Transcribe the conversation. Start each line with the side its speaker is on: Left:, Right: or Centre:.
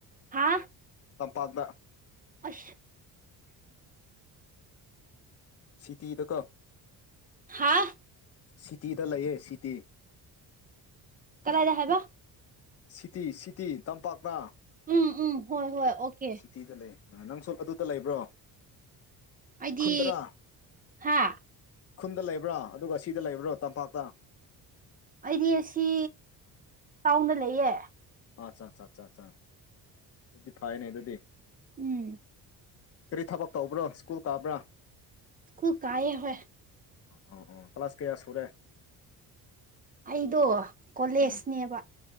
Right: ꯍꯥꯥ__
Left: ꯇꯄꯥꯇ
Right: ꯑꯁ__
Left: ꯁꯤꯇꯤꯗ ꯀꯣ
Right: ꯍꯥꯥ
Left: ꯁꯤꯇꯤꯗ ꯂꯩꯌꯦ ꯁꯤꯇꯤ
Right: ꯀꯗꯥꯥꯏꯗ ꯍꯥꯏꯕ꯫
Left: ꯁꯤꯇꯤ ꯁꯤꯇꯤ ꯇꯝꯄꯥꯛꯅ
Right: ꯎꯝ ꯎꯝ ꯍꯣꯏ ꯍꯣꯏ ꯑꯣꯀꯦ
Left: ꯁꯤ ꯗꯤꯗ ꯂꯦ ꯅꯪꯁꯨ ꯑꯗꯨꯗ ꯂꯩꯕ꯭ꯔꯣ꯫
Right: ꯑꯩꯗꯤ
Left: ꯈꯨꯟꯗꯔꯥ꯫
Right: ꯍꯥ
Left: ꯈꯨꯟꯗ ꯂꯩꯕ꯭ꯔꯥ ꯑꯗꯨꯒ ꯁꯤꯗ ꯂꯩꯕ꯭ꯔꯥ ꯇꯝꯄꯥꯛꯇ
Right: ꯑꯩꯗꯤ ꯑꯁꯤ ꯇꯥꯎꯅ ꯂꯩꯌꯦ꯫
Left: ꯑꯠꯆꯥ ꯑ ꯑ ꯑ ꯑꯗꯨꯗꯤ ꯐꯩꯅꯦ ꯑꯗꯨꯗꯤ
Right: ꯎꯝ__
Left: ꯀꯔꯤ ꯊꯕꯛ ꯇꯧꯕ꯭ꯔꯣ ꯁ꯭ꯀꯨꯜ ꯀꯥꯕ꯭ꯔꯥ
Right: ꯁ꯭ꯀꯨꯜ ꯀꯑꯌꯦ ꯍꯣꯏ꯫
Left: ꯑꯣ ꯑ ꯑꯣ ꯀ꯭ꯂ꯭ꯂꯥꯁ ꯀꯌꯥ ꯁꯨꯔꯦ꯫
Right: ꯑꯩꯗꯣ ꯀꯣꯂꯦꯖꯅꯦꯕ꯫
Left: ꯎꯝ